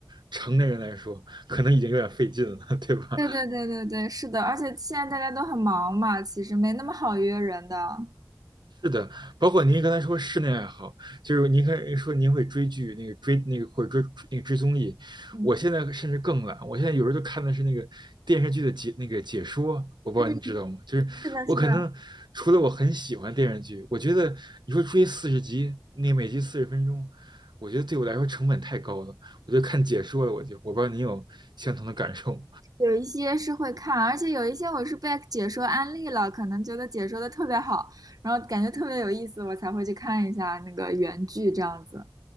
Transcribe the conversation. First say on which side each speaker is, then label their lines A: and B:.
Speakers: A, on the right; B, on the right.
A: 成年人来说，可能已经有点费劲了，对吧？
B: 对对对对对，是的，而且现在大家都很忙嘛，其实没那么好约人的。
A: 是的，包括您刚才说室内爱好，就是您看说您会追剧，那个追那个或者追那个追综艺，
B: 嗯
A: 我现在甚至更懒，我现在有时候就看的是那个电视剧的解那个解说，我不知道您知道吗？
B: 嗯，
A: 就是我可能除了我很喜欢电视剧，
B: 是的，是的。
A: 我觉得你说追四十集，那每集四十分钟，我觉得对我来说成本太高了，我就看解说了，我就我不知道您有相同的感受吗
B: 有一些是会看，而且有一些我是被解说安利了，可能觉得解说的特别好，然后感觉特别有意思，我才会去看一下那个原剧这样子。